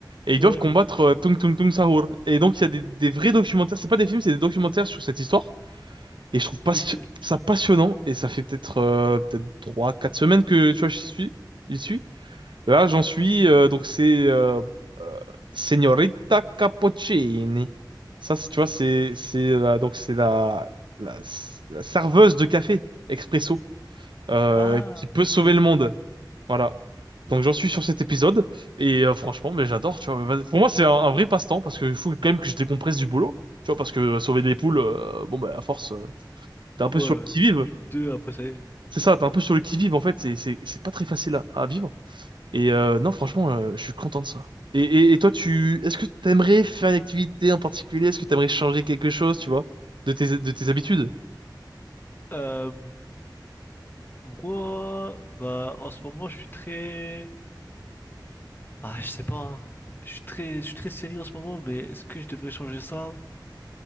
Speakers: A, on the right (about 80°); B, on the left (about 25°).
A: Et ils
B: Ouais.
A: doivent combattre euh, Tung Tung Tung Sahur. Et donc, il y a des, des vrais documentaires, c'est pas des films, c'est des documentaires sur cette histoire. Et je trouve pas
B: Ok.
A: ça passionnant. Et ça fait peut-être euh, peut-être trois, quatre semaines que tu vois, j'y suis. J'y suis. Là, j'en suis. euh, donc c'est euh, euh, Signorita Cappuccini. Ça, c'est- tu vois, c'est c'est la- donc c'est la, la la serveuse de café expresso euh,
B: Ah,
A: qui peut
B: ok,
A: sauver
B: ok.
A: le monde. Voilà. Donc j'en suis sur cet épisode et euh, franchement mais j'adore tu vois Mais vas- pour moi c'est un, un vrai passe-temps parce qu'il faut quand même que je décompresse du boulot tu vois parce que sauver des poules euh, bon bah à force euh, T'es un
B: Ouais,
A: peu sur le qui-vive.
B: une, deux, après, ça y est.
A: C'est ça, t'es un peu sur le qui-vive, en fait. C'est c'est- c'est pas très facile à, à vivre. Et euh, non, franchement, euh, je suis content de ça. Et, et, et toi, tu, est-ce que t'aimerais faire une activité en particulier? Est-ce que t'aimerais changer quelque chose, tu vois, de tes, de tes habitudes?
B: Euh... Moi, bah, en ce moment, je suis très... Ah, je sais pas. hein. Je suis très, je suis très sérieux en ce moment, mais est-ce que je devrais changer ça